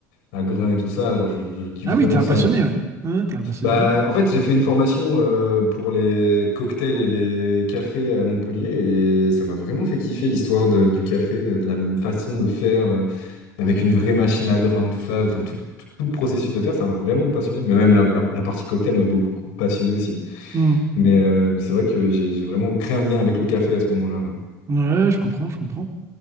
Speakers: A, on the left; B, on the right.
A: à grains et tout ça. Genre, je, je kiffe
B: Ah
A: vraiment
B: oui, t'es un
A: ça.
B: passionné, ouais. Ouais, t'es un passionné
A: Bah,
B: de ouf.
A: en fait, j'ai fait une formation euh, pour les cocktails et les cafés à Montpellier et ça m'a vraiment fait kiffer l'histoire de- du café, euh, de la m- façon de faire euh, avec une vraie machine à grains, tout ça, enfin tout, tout- tout le processus de faire, ça m'a vraiment passionné. Mais même la, la- la partie cocktail m'a beaucoup passionné aussi.
B: Hmm.
A: Mais, euh, mais c'est vrai que j'ai j'ai vraiment créé un lien avec le café à ce moment-là. ouais.
B: Ouais, je comprends, je comprends.